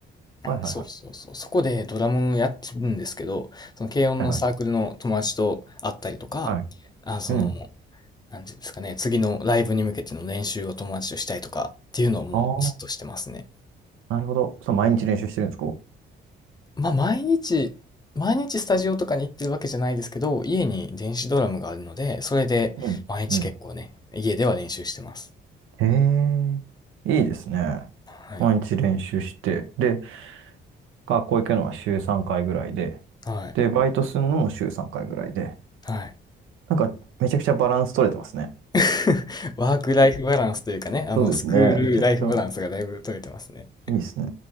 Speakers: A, on the right; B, on the left.
A: はいはいはい。
B: そうそうそう。そこでドラムやってるんですけど、その軽音のサークルの友達と会ったりとか、
A: はいはいはい。
B: あ、その、
A: うん。
B: なんていうんですかね、次のライブに向けての練習を友達としたりとかっていうのをもうずっとしてますね。
A: ああ、なるほど。そう、毎日練習してるんですか
B: まあ、毎日、毎日スタジオとかに行ってるわけじゃないですけど、家に電子ドラムがあるので、それで毎日結構ね、
A: うん。うん。
B: 家では練習してます。
A: へえ、いいですね。
B: はい。
A: 毎日練習して、で、学校行くのは週3回ぐらいで、
B: はい。
A: で、バイトするのも週3回ぐらいで、
B: はい。
A: なんかめちゃくちゃバランス取れてますね。
B: <laughs> ワークライフバランスというかね、あの、
A: そうですね。
B: スクールライフバランスがだいぶ取れてますね。
A: めちゃくちゃいいですね。